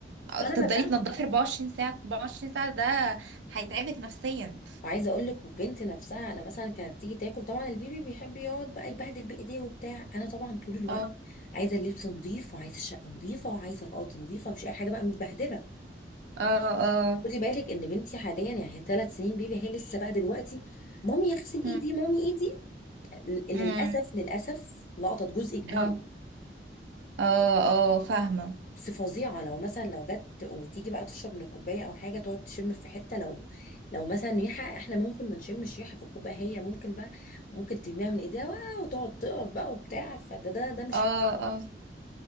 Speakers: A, on the right (about 80°); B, on the left (about 45°).
A: تفضلي
B: فانا بدات
A: تنضفي 24 ساعة 24 ساعة ده هيتعبك نفسيا
B: وعايزه اقول لك وبنت نفسها انا مثلا كانت تيجي تاكل طبعا البيبي بيحب يقعد بقى يبهدل بايديه وبتاع انا طبعا طول الوقت
A: اه
B: عايزه اللبس نظيف وعايزه الشقه نظيفه وعايزه الارض نظيفه مش اي حاجه بقى متبهدله
A: اه اه
B: خدي بالك ان بنتي حاليا يعني هي ثلاث سنين بيبي هي لسه بقى دلوقتي مامي اغسل ايدي
A: مم.
B: مامي ايدي للاسف
A: مم.
B: للاسف لقطت جزء كبير
A: اه اه اه فاهمة
B: بس فظيعة لو مثلا لو جت وتيجي بقى تشرب من الكوباية أو حاجة تقعد تشم في حتة لو لو مثلا ريحة احنا ممكن ما نشمش ريحة في الكوباية هي ممكن بقى ممكن ترميها من ايديها وا- وتقعد تقف بقى وبتاع فده ده ده مش
A: اه
B: ح-
A: آه.